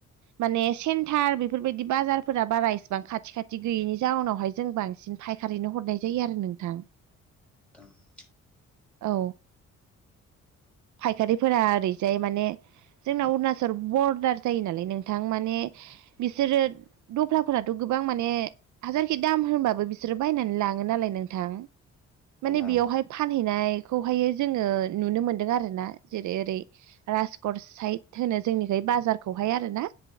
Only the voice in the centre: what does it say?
दा <inaudible>
नोंथां